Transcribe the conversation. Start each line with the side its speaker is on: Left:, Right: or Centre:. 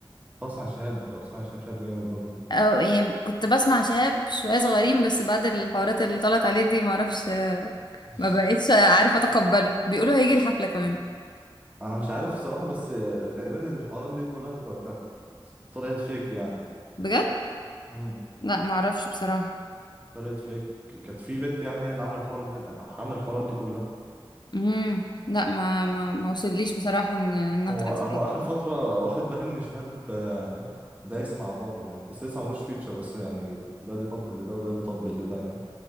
Right: بسمع شهاب لو بسمع شهاب شهاب جامد برضه
Left: او يعني كنت بسمع شهاب شوية صغيرين بس بعد الحوارات اللي طلعت عليه دي معرفش
Right: <laughs>
Left: ما بقتش عارفة اتقبله بيقولوا هيجي الحفلة كمان
Right: انا مش عارف الصراحه بس تقريبا الحوارات دي كلها كانت كانت طلعت فيك يعني
Left: بجد
Right: امم
Left: لا معرفش بصراحة
Right: طلعت فيك كانت في بنت يعني هي اللي عامله الحوار دي عامله الحوارات دي كلها
Left: امم لا ما ما ما وصليش بصراحة ان انها
Right: هو
Left: طلعت
Right: هو
Left: فيه
Right: اخر فتره واخد بالي ان شهاب آه، دايس مع بابلو يعني بس لسه ملوش فيتشر بس يعني ده بيطبل لده وده بيطبل لده يعني